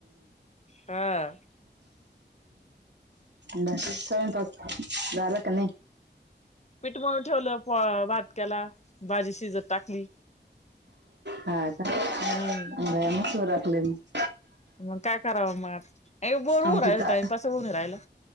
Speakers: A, on the left; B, on the right.
A: हा
B: बाकीचा स्वयंपाक झाला का नाही.
A: पीठ मळून ठेवला, भात केला. भाजी शिजत टाकली
B: हा का?
A: हम्म
B: बरंच उराकलय मग.
A: मग काय करावं मग आत बोर होऊ
B: आमची
A: राहिल
B: ता
A: टाइमपास होऊन राहिला.